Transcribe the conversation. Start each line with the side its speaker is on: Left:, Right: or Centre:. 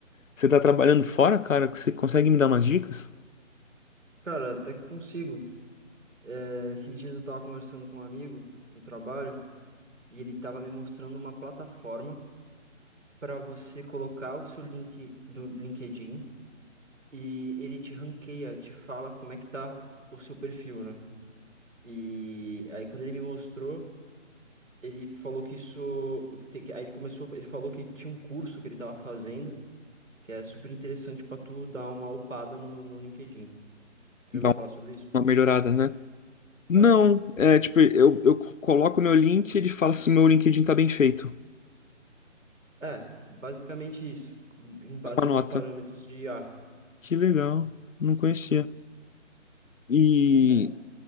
Left: Você tá trabalhando fora, cara? Você consegue me dar umas dicas?
Right: Cara, até que consigo. É, esses dias eu tava conversando com um amigo no trabalho e ele tava me mostrando uma plataforma para você colocar o seu link do LinkedIn e ele te ranqueia, te fala como é que tá o seu perfil, né? E aí quando ele me mostrou, ele falou que isso, que tem que- aí ele começou, ele falou que tinha um curso que ele tava fazendo que é super interessante para tu dar uma upada no, no LinkedIn. Você
Left: Dá
Right: ouviu falar sobre isso?
Left: uma melhorada, né? Não,
Right: É.
Left: é tipo, eu, eu coloco meu link e ele fala se meu LinkedIn tá bem feito.
Right: É, basicamente isso, em base
Left: Dá Uma
Right: a
Left: nota.
Right: alguns parâmetros de IA.
Left: Que legal, não conhecia. E
Right: É,